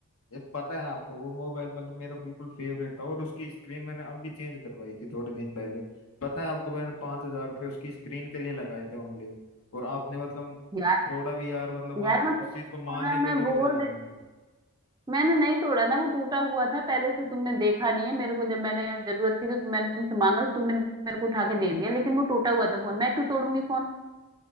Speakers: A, on the left; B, on the right.
A: ये पता है आपको वो मोबाइल मतलब मेरा बिल्कुल फेवरेट था और उसकी स्क्रीन मैंने अब भी चेंज करवाई थी थोड़े दिन पहले पता है आपको मैंने पांच हजार रुपये उसकी स्क्रीन के लिए लगाए थे ओनली और आपने मतलब
B: यार
A: थोड़ा भी यार मतलब आप
B: यार मैं बोल
A: उस चीज
B: रही
A: को मानने
B: हूँ ना
A: के
B: मैं
A: लिए
B: बोल
A: भी तैयार
B: रही
A: नहीं हुए
B: मैंने नहीं तोड़ा ना वो टूटा हुआ था पहले से तुमने देखा नहीं है मेरे को जब मैंने जरूरत थी तो मैंने तुमसे मांगा तो तुमने मेरे को उठा के दे दिया लेकिन वो टूटा हुआ था फोन मैं क्यों तोड़ूंगी फोन